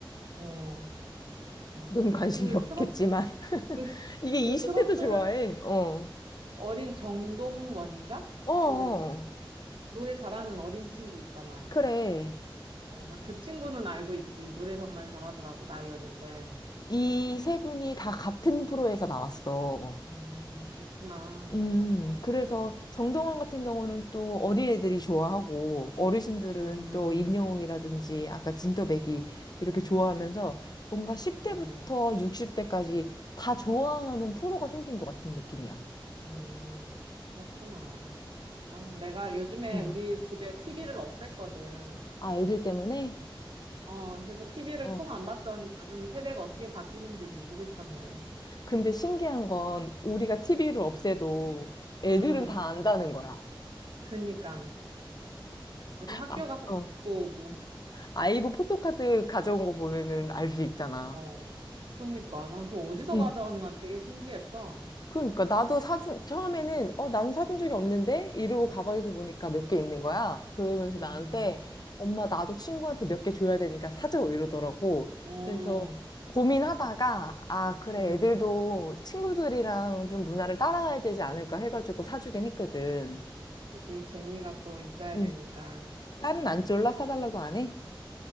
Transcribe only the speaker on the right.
어, 맞아.
그
트로트,
그
그 트로트
어린 정동원인가?
그 노래 잘하는 어린 친구 있잖아.
어, 나 그 친구는 알고 있지. 노래 정말 잘하더라고, 나이 어린데.
음, 그렇구나.
음,
어,
음, 그렇구나. 아, 내가 요즘에
우리 집에 TV를 없앴거든.
그래서, 어, 그래서 TV를
통 안 봤더니 요즘 세대가 어떻게 바뀌는지 모르고 있었네.
음,
그니까. 어디 학교
가서
듣고 오고.
어, 그니까. 난 그거 어디서
가져왔나 되게 신기했어.
음,
어.
음,
그지. 재미가 또 있어야
되니까.